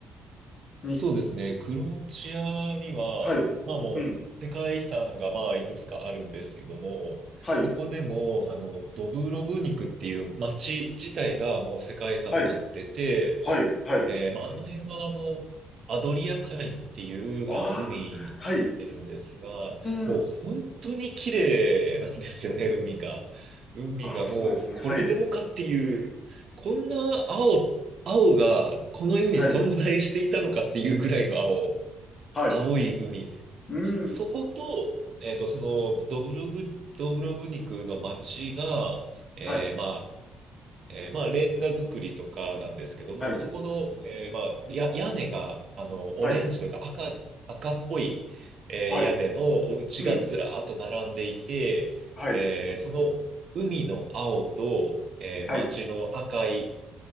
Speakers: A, on the left (about 40°); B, on the right (about 55°).
A: に、
B: そうですね。クロアチアには、
A: はい。
B: まあもう、
A: うん。
B: 世界遺産がまあいくつかあるんですけども、
A: はい。
B: そこでも、あの、ドブロブニクっていう街自体がもう世界遺産になってて、
A: はい。はい。はい。
B: えーまあ、あの辺はあの、アドリア海っていうあの海になってるんですが、
A: ああ、はい。う
B: もう本当に綺麗なんですよね、
A: ーん。
B: 海が。海がもうこれでもかっていう、
A: ああ、そうなんですね。はい。
B: こんな青、青がこの世に存在していたのかっていうぐらいの青、
A: はい。はい。
B: 青い海で。
A: うん。
B: そこと、えっと、そのドブロブ、ドブロブニクの街が、えーま
A: はい。
B: えーまあ、レンガ作りとかなんですけども、
A: はい。
B: そこの、えーまあ、や、屋根が、あの、
A: はい。
B: オレンジというか赤、赤っぽい、えー屋根のお家がずらーっと並んでいて、
A: はい。うん。はい。
B: えーその海の青と、えー街の赤い
A: はい。